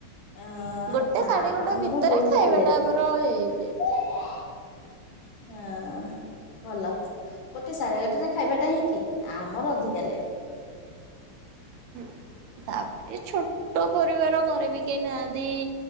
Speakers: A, on the left; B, on the right.
A: ଅଁ
B: ଗୋଟେ
A: ନା
B: ସାଢେ ଗୋଟେ
A: ଆମର
B: ଭିତରେ
A: ବହୁତ
B: ଖାଇବା
A: ଲେଟ।
B: ଟା ଆମର ହେଇଯାଏ।
A: <inaudible> ହଁ ଭଲ ଗୋଟେ ସାଢେ ଗୋଟେରେ ଖାଇବାଟା ହିଁ ଠିକ ଆମର ଅଧିକା ଲେଟ୍।
B: ଉଁ ତା ପରେ ଛୋଟ ପରିବାର ଘରେ ବି କେହି ନାହାଁନ୍ତି।